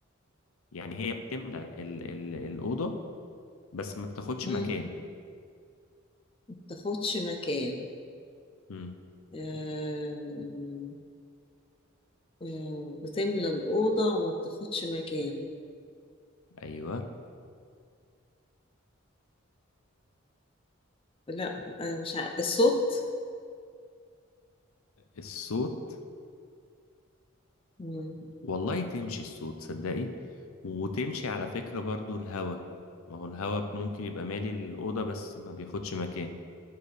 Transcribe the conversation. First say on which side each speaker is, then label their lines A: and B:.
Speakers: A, on the left; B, on the left.
A: يعني هي بتملى ال- ال- الأوضة بس ما بتاخدش
B: مم.
A: مكان
B: ما بتاخدش مكان
A: امم
B: آم، آم، بتملى الأوضة وما بتاخدش مكان
A: ايوه
B: لا آه، مش عارف الصوت
A: الصوت
B: مم.
A: والله تمشي الصوت صدقي وتمشي على فكرة برضو الهوا ما هو الهوا ممكن يبقى مالي الأوضة بس ما بياخدش مكان